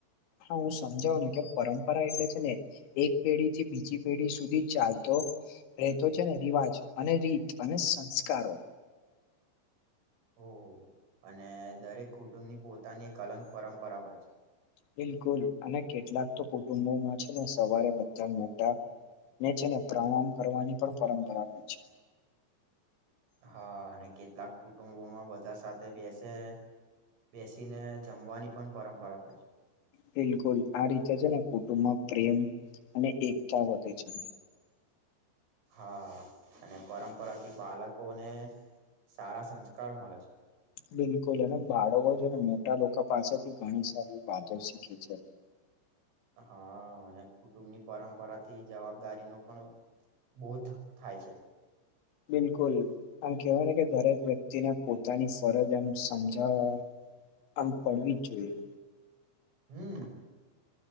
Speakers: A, on the left; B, on the right.
A: હા હું સમજાવું ને કે પરંપરા એટલે છે ને એક પેઢી થી બીજી પેઢી સુધી ચાલતો રહેતો છે ને રિવાજ, અને રીત અને સંસ્કારો.
B: ઓહ અને દરેક કુટુંબની પોતાની એક અલગ પરંપરા હોય છે.
A: બિલકુલ અને કેટલાક તો કુટુંબોમાં છે, ને સવારે બધા મોટા છે ને પ્રણામ કરવાની પણ પરંપરા હોય છે.
B: હા અને કેટલાક કુટુંબોમાં બધા સાથે બેસે. બેસીને જમવાની પણ પરંપરા હોય છે.
A: બિલકુલ આ રીતે છે ને કુટુંબમાં પ્રેમ અને એકતા વધે છે.
B: હા અને પરંપરાથી બાળકોને સારા સંસ્કાર. મળે છે.
A: બિલકુલ અને બાળકો છે ને મોટા લોકો પાસે. ઘણી સારી વાતો શીખે છે.
B: હા અને કુટુંબની પરંપરાથી જવાબદારી ન પણ. બોધ થાય છે.
A: બિલકુલ આમ કેહેવાય ને કે દરેક વ્યક્તિને પોતાની ફરજ એમ સમજાવવા. આમ પડવી જ જોઈએ.
B: હમ.